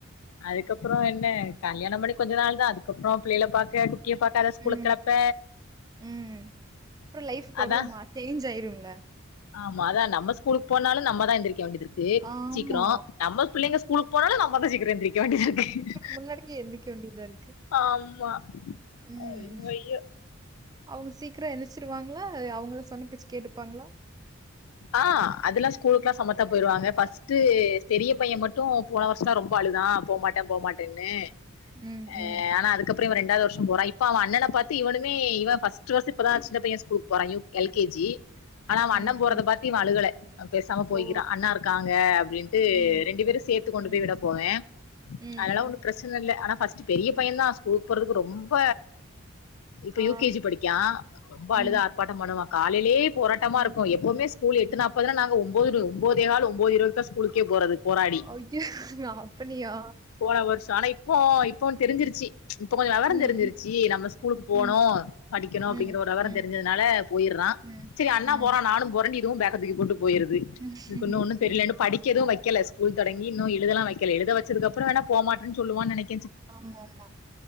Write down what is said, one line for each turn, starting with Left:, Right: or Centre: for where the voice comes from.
Left: அதுக்கப்ற என்ன கல்யாண பண்ணி கொஞ்சோ நாள் தா அதுக்கப்ற பிள்ளைகள பாக்க குட்டிய பாக்க அத ஸ்கூலுக்கு
Right: ம்
Left: கெளப்ப
Right: ம் அப்ற லைஃப் டோட்டலா
Left: அதா
Right: மா சேஞ்ச் ஆயிருல
Left: ஆமா அதா நம்ம ஸ்கூலுக்கு போனாலு நம்ம தா எந்திரிக்க வேண்டியதுருக்கு ஏ
Right: ஆமா
Left: சீக்கிர நம்ம பிள்ளைங்க ஸ்கூலுக்கு போனாலு நம்மதா சீக்கிர எந்திரிக்க வேண்டியதா இருக்கு
Right: முன்னாடிக்கு எந்திரிக்க வேண்டியதா இருக்கு
Left: ஆமா
Right: ம்
Left: ஐயோ ஐயோ
Right: அவங்க சீக்கிர எந்திச்சிருவாங்ளா அவங்கள சொன்னப்பேச்சு கேட்டுப்பாங்ளா
Left: ஆ அதெல்லா ஸ்கூலுக்லா சமத்தா போயிருவாங்க ஃபர்ஸ்ட் பெரிய பைய மட்டு போன வருஷ தா ரொம்ப அழுதா போமாட்டே போமாட்டேன்னு
Right: ம்
Left: ஆ
Right: ம்
Left: ஆனா அதுக்கு அதுக்கபற இவன் ரெண்டாவது வருஷ போறா இப்ப அவ அண்ணனை பாத்து இவனுமே இவன் ஃபர்ஸ்ட் ஃபர்ஸ்ட் இப்பதா சின்ன பைய ஸ்கூலுக் போறா யு எல்கேஜி ஆனா அவ
Right: ம்
Left: அண்ண போறத
Right: ம்
Left: பாத்து இவ அழுகல பேசாம போய்கிறா
Right: ஓ
Left: அண்ணா இருக்காங்க அப்டின் இது
Right: ம்
Left: ரெண்டு பேரு சேத்து கொண்டு
Right: ம்
Left: போய் விட போவே
Right: ம்
Left: அதனால
Right: ம்
Left: ஒன்னு பிர ச்சனை இல்ல ஆனா ஃபர்ஸ்ட் பெரிய பைய
Right: ம்
Left: தா ஸ்கூல்க்கு போறதுக்கு ரொம்ப இப்ப யூகேஜி
Right: ஆ
Left: படிக்கா ரொம்ப
Right: ம்,
Left: அழுது ஆர்ப்பாட்ட பண்ணுவா காலைலயே போராட்டமா
Right: ம்.
Left: இருக்கு எப்போமே ஸ்கூல் எட்டு நாப்பதுனா நாங்க ஒன்பது இருவது ஒன்பதே கால் ஒன்பது இருவதுக்கு தா ஸ்கூலுக்கே போறது போராடி
Right: ஐயோ! அப்படியா?
Left: போன வருஷ ஆனா இப் ப இப்ப தெரிஞ்சிருச்சு இப்ப கொஞ்ச வெவர
Right: ம்,
Left: தெரிஞ்சிருச்சு நம்ம ஸ்கூலுக்கு போணு
Right: ம், ம்,
Left: படிக்கணு
Right: ம்,
Left: அப்டிங்கிற ஒரு வெவர
Right: ம்,
Left: தெரிஞ்சதுனால போயிறா
Right: ம்,
Left: சேரி அண்ணா
Right: ம்,
Left: போறா நானு போறேன்னு இதுவு பேக்க தூக்கி போட்டு போயிருது
Right: ம்,
Left: இதுக்கின்னு ஒன்னு தெரில
Right: ம்.
Left: இன்னு படிக்க
Right: ம்.
Left: எது வக்கல ஸ்கூல் தொடங்கி இன்னு எழுதலா வைக்கல எழுத வச்சதுக்கப்பறோ வேன போமாட்டேன்னு சொல்வான் நெனக்
Right: ஆமா ஆமா